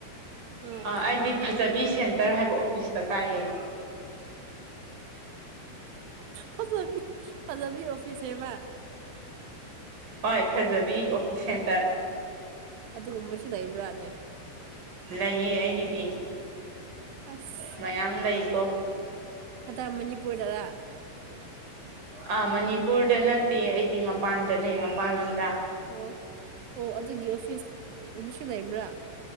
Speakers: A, on the right; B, on the right.
A: ꯍꯣꯏ
B: ꯑꯩꯗꯤ ꯐꯖꯕꯤ ꯁꯦꯟꯇꯔ ꯍꯥꯏꯕ ꯑꯣꯐꯤꯁꯇ ꯀꯥꯏꯌꯦ
A: ꯐꯖꯕꯤ ꯐꯖꯕꯤ ꯑꯣꯐꯤꯁ ꯍꯥꯏꯕꯥ
B: ꯍꯣꯏ ꯐꯖꯕꯤ ꯑꯣꯐꯤꯁ ꯁꯦꯟꯇꯔ
A: ꯑꯗꯨꯒꯨꯝꯕꯩꯁꯨ ꯂꯩꯕ꯭ꯔꯥꯅꯦ
B: ꯂꯩꯌꯦ ꯑꯩꯒꯤꯗꯤ
A: ꯑꯁ
B: ꯃꯌꯥꯝ ꯂꯩꯀꯣ
A: ꯑꯗ ꯃꯅꯤꯄꯨꯔꯗꯔꯥ
B: ꯑꯥ ꯃꯅꯤꯄꯨꯔꯗ ꯅꯠꯇꯦ ꯑꯩꯗꯤ ꯃꯄꯥꯟꯗꯅꯦ ꯃꯄꯥꯟ ꯂꯝꯗ
A: ꯑꯣ ꯑꯣ ꯑꯗꯨꯒꯤ ꯑꯣꯐꯤꯁ ꯑꯗꯨꯁꯨ ꯂꯩꯕ꯭ꯔꯥ